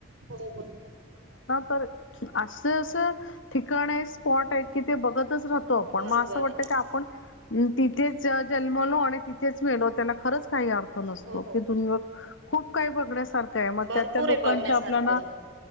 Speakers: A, on the right (about 70°); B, on the left (about 65°).
A: हो बर.
B: तर अस अस ठिकाण आहे स्पॉट कि ते बघत. रातो
A: बरोबर
B: अस वाट
A: आहे
B: आपण. तिथेच जन्मलो आणि तिथेच मेलो त्याला खरंच काही अर्थ नसतो
A: हो
B: की तुम्ही. खूप काही बघण्यासारखं आहे मग
A: भरपूर
B: त्या त्या लोकांच्या
A: आहे बघण्यासारखं
B: आपल्याला.